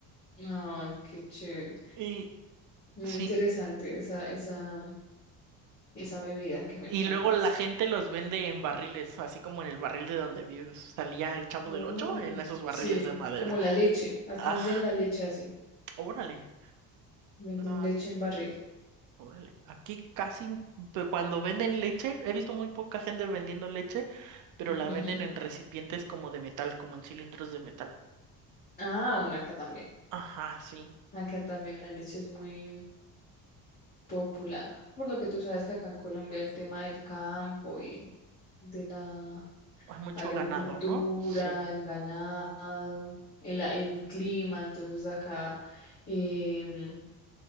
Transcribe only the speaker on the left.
Ay, qué chévere.
Muy
interesante esa, esa, esa bebida que me
cuentas.
Oh,
sí,
como la leche. Acá
venden la leche así.
Venden
leche en barril.
<laughs>
Ah, bueno, acá también.
Acá también la leche es muy popular. Por lo que tú sabes que acá en Colombia el tema del campo y de la
agricultura,
el ganado, el, el clima, entonces acá. em,